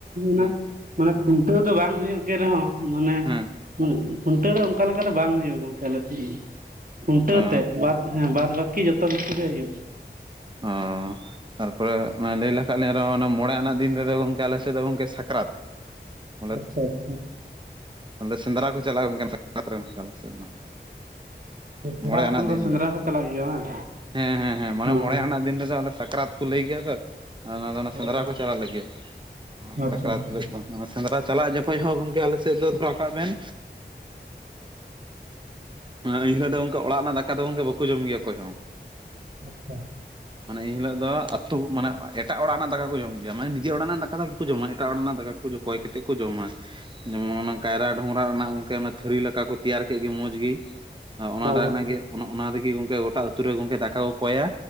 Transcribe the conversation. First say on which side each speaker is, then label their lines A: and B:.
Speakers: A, on the right; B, on the right.
A: ᱦᱮᱸ
B: ᱢᱮ ᱢᱟᱱᱮ ᱠᱷᱩᱱᱴᱟᱹᱣ ᱫᱚ ᱵᱟᱝ ᱦᱩᱭᱩᱜ ᱜᱮ ᱨᱮᱦᱚᱸ ᱢᱟᱱᱮ
A: ᱦᱮᱸ
B: ᱠᱷᱩᱱᱴᱟᱹᱣ ᱫᱚ ᱚᱱᱠᱟ ᱞᱮᱠᱟᱛᱮ ᱵᱟᱝ ᱦᱩᱭᱩᱜᱼᱟ ᱜᱚᱝᱠᱮ ᱟᱞᱮᱥᱮᱫ ᱫᱚ ᱠᱷᱩᱱᱴᱟᱹᱣ
A: ᱚ
B: ᱛᱮ ᱵᱟᱫᱽ ᱦᱮᱸ ᱵᱟᱫᱽ ᱵᱟᱟᱹᱠᱤ ᱡᱚᱛᱚ ᱠᱤᱪᱷᱩ ᱜᱮ ᱦᱩᱭᱩᱜᱼᱟ
A: ᱚᱸ ᱛᱟᱨᱯᱚᱨᱮ ᱞᱟᱹᱭ ᱞᱮᱠᱷᱟᱱ ᱞᱮᱤᱧ ᱨᱮᱦᱚᱸ ᱚᱱᱟ ᱢᱚᱬᱮ ᱟᱱᱟᱜ ᱫᱤᱱ ᱨᱮᱫᱚ ᱜᱚᱝᱠᱮ ᱟᱞᱮᱥᱮᱫ ᱫᱚ ᱜᱚᱝᱠᱮ ᱥᱟᱠᱨᱟᱛ <inaudible>
B: ᱟᱪᱪᱷᱟ ᱟᱪᱪᱷᱟ
A: ᱦᱮ ᱥᱮᱸᱫᱽᱨᱟ ᱠᱚ ᱪᱟᱞᱟᱜᱼᱟ ᱠᱟᱱᱟᱛᱚ ᱟᱞᱮ ᱥᱮᱫ ᱫᱚ
B: ᱠᱚᱲᱟ
A: ᱢᱚᱬᱮ
B: ᱦᱚᱯᱚᱱ
A: ᱟᱱᱟᱜ ᱫᱤᱱ
B: ᱥᱮᱸᱫᱽᱨᱟ
A: ᱫᱚ
B: ᱠᱚ ᱪᱟᱞᱟᱜ ᱜᱮᱭᱟ ᱵᱟᱝ
A: ᱦᱮᱸ ᱦᱮᱸ ᱢᱟᱱᱮ
B: ᱦᱚᱸ
A: ᱢᱚᱬᱮ ᱟᱱᱟᱜ ᱫᱤᱱ ᱨᱮᱫᱚ ᱚᱱᱮ ᱥᱟᱠᱨᱟᱛ ᱠᱚ ᱞᱟᱹᱭ ᱜᱮᱭᱟ ᱛᱚ ᱟᱨ ᱚᱱᱟ ᱫᱚ
B: ᱦᱳᱭ
A: ᱥᱮᱸᱫᱽᱨᱟ
B: ᱦᱳᱭ
A: ᱠᱚ ᱪᱟᱞᱟᱜ ᱞᱟᱹᱜᱤᱫ
B: ᱟᱪᱪᱷᱟ
A: ᱥᱟᱠᱨᱟᱛ
B: ᱟᱪᱪᱷᱟ
A: ᱦᱤᱞᱳᱜ ᱫᱚ ᱥᱮᱸᱫᱽᱨᱟ ᱪᱟᱞᱟᱜ ᱡᱚᱠᱷᱚᱱ ᱦᱚᱸ ᱜᱚᱝᱠᱮ ᱟᱞᱮ ᱥᱮᱫ ᱫᱚ ᱫᱚᱦᱚ ᱠᱟᱜ ᱵᱮᱱ ᱮ ᱮᱱᱤᱞᱳ ᱫᱚ ᱚᱲᱟᱜ ᱨᱮᱱᱟᱜ ᱫᱟᱠᱟ ᱫᱚ ᱜᱚᱢᱠᱮ ᱵᱟᱠᱚ ᱡᱚᱢ ᱜᱮᱭᱟ ᱚᱠᱚᱭ ᱦᱚᱸ
B: ᱟᱪᱪᱷᱟ
A: ᱢᱟᱱᱮ ᱮᱱᱦᱤᱞᱳᱜ ᱫᱚ ᱟᱹᱛᱩ ᱢᱟᱱᱮ ᱮᱴᱟᱜ ᱚᱲᱟᱜ ᱨᱮᱱᱟᱜ ᱫᱟᱠᱟ ᱠᱚ ᱡᱚᱢ ᱜᱮᱭᱟ ᱢᱟᱱᱮ ᱱᱤᱡᱮᱨ ᱚᱲᱟᱜ ᱨᱮᱱᱟᱜ ᱫᱟᱠᱟ ᱫᱚ ᱵᱟᱠᱚ ᱡᱚᱢᱟ ᱮᱴᱟᱜ ᱚᱲᱟᱜ ᱨᱮᱱᱟᱜ ᱫᱟᱠᱟ ᱠᱚ ᱠᱚᱭ ᱠᱟᱛᱮᱫ ᱠᱚ ᱡᱚᱢᱟ ᱡᱮᱢᱚᱱ ᱚᱱᱟ ᱠᱟᱭᱨᱟ ᱰᱚᱝᱨᱟ ᱨᱮᱱᱟᱜ ᱚᱱᱠᱟ ᱛᱷᱟᱹᱨᱤ ᱞᱮᱠᱟ ᱠᱚ ᱛᱮᱭᱟᱨ ᱠᱮᱫ ᱜᱮ ᱢᱚᱸᱡᱽ ᱜᱮ ᱚᱱᱟ
B: ᱚ
A: ᱚᱱᱟᱜᱮ ᱚᱱᱟ ᱨᱮᱜᱮ ᱜᱚᱝᱠᱮ ᱜᱚᱴᱟ ᱟᱹᱛᱩ ᱨᱮ ᱜᱚᱝᱠᱮ ᱫᱟᱠᱟ ᱠᱚ ᱠᱚᱭᱟ